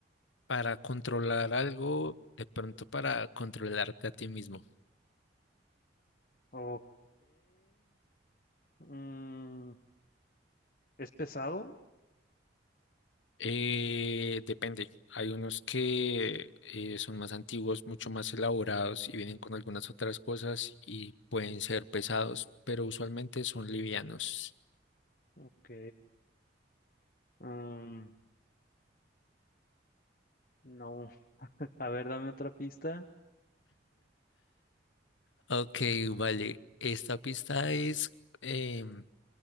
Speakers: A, on the left (about 80°); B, on the left (about 45°).
A: para controlar algo, de pronto para controlarte a ti mismo.
B: Ok. Mm, ¿es pesado?
A: Eh, depende. Hay unos que eh, son más antiguos, mucho más elaborados y vienen con algunas otras cosas y pueden ser pesados, pero usualmente son livianos.
B: Ok. Mm, no. <laughs> A ver, dame otra pista.
A: Ok, vale. Esta pista es em,